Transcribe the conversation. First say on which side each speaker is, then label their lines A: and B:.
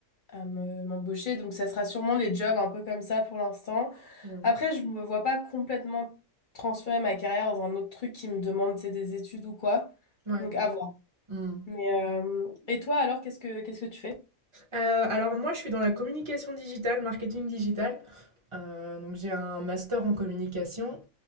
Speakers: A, on the left; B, on the right.
A: à me- m'embaucher. Donc ça sera sûrement des jobs un peu comme ça pour l'instant.
B: Ouais.
A: Après, je me vois pas complètement transférer ma carrière dans un autre truc qui me demande, c'est des études ou quoi.
B: Ouais.
A: Donc à voir.
B: Hmm.
A: Mais euh, et toi alors, qu'est-ce que qu'est-ce que tu fais?
B: Heu, alors moi, je suis dans la communication digitale, marketing digital. Heu, donc j'ai un master en communication.